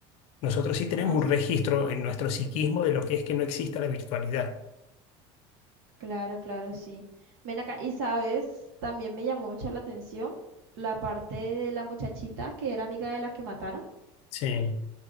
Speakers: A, on the left; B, on the right.
A: Nosotros sí tenemos
B: No
A: un registro
B: sé.
A: en nuestro psiquismo de lo que es que no exista la virtualidad.
B: Claro, claro, sí. Ven acá. Y sabes, también me llamó mucho la atención la parte de la muchachita que era amiga de la que mataron.
A: Sí.